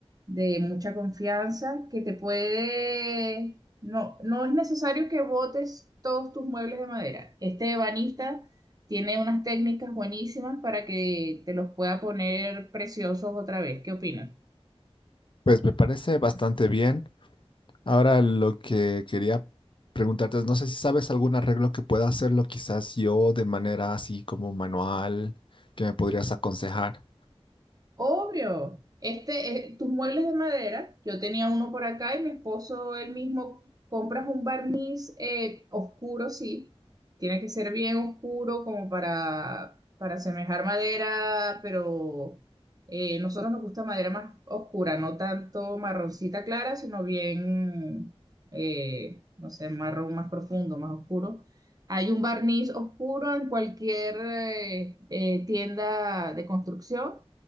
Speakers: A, on the right; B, on the left.
A: de mucha confianza, que te puede, no, no es necesario que botes todos tus muebles de madera. Este ebanista tiene unas técnicas buenísimas para que te los pueda poner preciosos otra vez. ¿Qué opinas?
B: Pues me parece bastante bien. Ahora lo que quería preguntarte es, no sé si sabes algún arreglo que pueda hacerlo quizás yo de manera así como manual, que me podrías aconsejar.
A: Obvio. Este, eh, tus muebles de madera, yo tenía uno por acá y mi esposo él mismo compras un barniz eh, oscuro, sí. Tiene que ser bien oscuro como para, para asemejar madera, pero eh, nosotros nos gusta madera más oscura, no tanto marroncita clara, sino bien, eh, no sé, marrón más profundo, más oscuro. Hay un barniz oscuro en cualquier eh, eh, tienda de construcción.